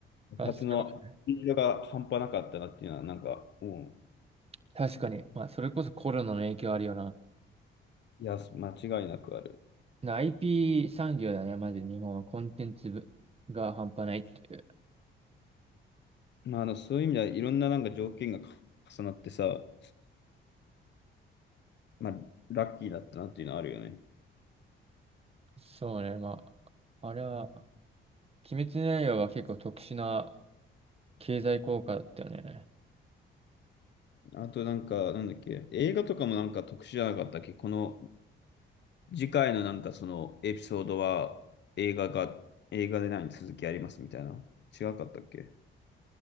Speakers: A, on the left; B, on the right.
A: 爆発のスピードが半端なかったなっていうのは、
B: 確か
A: なんか、も
B: 確かに。まあ、それこそコロナの影響あるよな。
A: う、いや、間違いなくある。
B: な IP 産業だね、まず日本はコンテンツ部が半端ないっていう。
A: まあ、あの、そういう意味ではいろんななんか条件が重なってさ、まあ、ラッキーだったなっていうのはあるよね。
B: そうね、まあ、あれは、鬼滅の刃は結構特殊な経済効果だったよね。
A: あとなんか、なんだっけ、映画とかもなんか特殊じゃなかったっけ、この次回のなんかそのエピソードは映画が、映画で何続きありますみたいな。違かったっけ